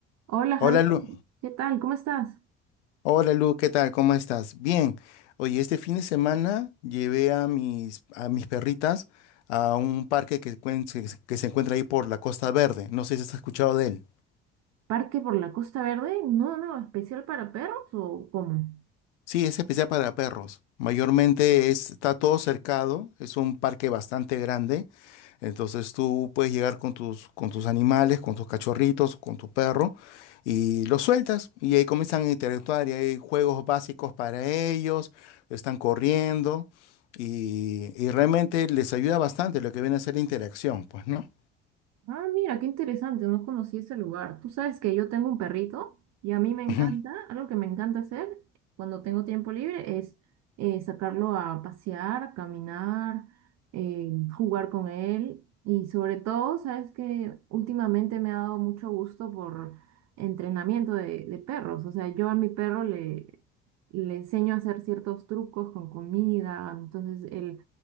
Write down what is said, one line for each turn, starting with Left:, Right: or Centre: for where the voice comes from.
Right: Hola
Left: Hola
Right: Javier,
Left: Lu,
Right: ¿qué tal? ¿Cómo estás?
Left: hola Lu, ¿qué tal? ¿Cómo estás? Bien. Oye, este fin de semana llevé a mis, a mis perritas a un parque que, cuen- que se que se encuentra ahí por la Costa Verde. No sé si has escuchado de él.
Right: ¿Parque por la Costa Verde? No, no, especial para perros o cómo?
Left: Sí, es especial para perros. Mayormente es- está todo cercado, es un parque bastante grande Entonces tú puedes llegar con tus, con tus animales, con tus cachorritos, con tu perro y los sueltas y ahí comienzan a interactuar y hay juegos básicos para ellos, están corriendo y, y realmente les ayuda bastante lo que viene a ser la interacción, pues, ¿no?
Right: Ah, mira, qué interesante, no conocí ese lugar. Tú sabes que yo tengo un perrito y a mí me encanta,
Left: Ujú,
Right: algo que me encanta hacer cuando tengo tiempo libre es eh, sacarlo a pasear, caminar, eh, jugar con él y sobre todo, sabes que últimamente me ha dado mucho gusto por entrenamiento de, de perros. O sea, yo a mi perro le, le enseño a hacer ciertos trucos con comida, entonces él